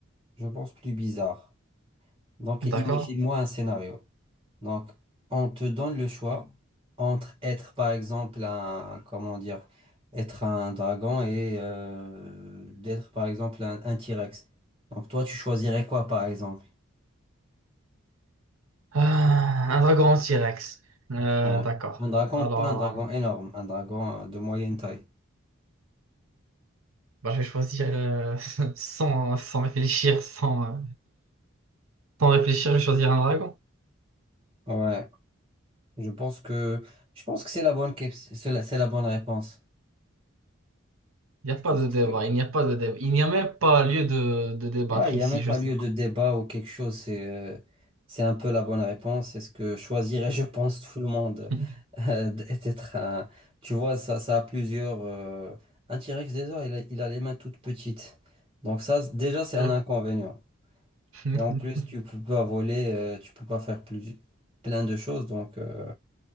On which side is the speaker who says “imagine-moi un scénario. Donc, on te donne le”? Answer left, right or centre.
Right